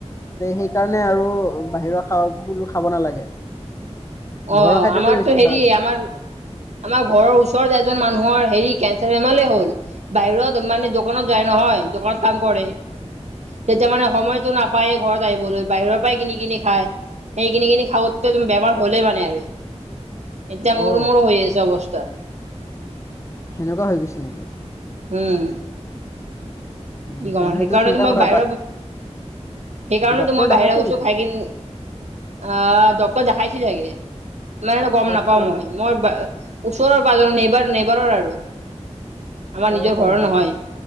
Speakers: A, on the left; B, on the right.
A: তে সেইকাৰণে আৰু বাহিৰৰ খোৱাবোৰ খাব নালাগে
B: অ
A: ঘৰৰ খাদ্যটোৱে
B: আমাৰতো
A: বেছি
B: হেৰি
A: ভাল
B: আমাৰ আমাৰ ঘৰৰ ওচৰত এজন মানুহৰ হেৰি কেঞ্চাৰ বেমাৰলে হ'ল বাহিৰত মানে দোকানত যায় নহয় দোকানত কাম কৰে। তেতিয়া মানে সময়তটো নাপায়েই ঘৰত আহিবলৈ বাহিৰৰ পৰাই কিনি কিনি খায়। সেই কিনি কিনি খাওঁ তুম বেমাৰ হ'লেই মানে আৰু এতিয়া মোৰো
A: অ
B: মূোৰো হৈ আছে অৱস্থা
A: সেনেকুৱা হৈ গৈছে নেকি
B: হম
A: উম
B: কি কম
A: তেনেহলেতো
B: সেইকাৰণ
A: চিন্তা
B: মই
A: কৰা
B: বাহিৰৰ সেইকাৰণেতো
A: ডক্তৰ
B: মই বাহিৰা
A: দেখাইছে
B: <unintelligible>
A: নেকি
B: খাই কিন। আহ ডক্তৰ দেখাইছিলগে নাই গম
A: অ
B: নাপাও
A: তেতিয়া
B: মই
A: মানে
B: মই ওচৰৰ প নেবাৰ নেবাৰৰ আৰু আমাৰ নিজৰ
A: অ হয়
B: ঘৰৰ
A: হয়
B: নহয়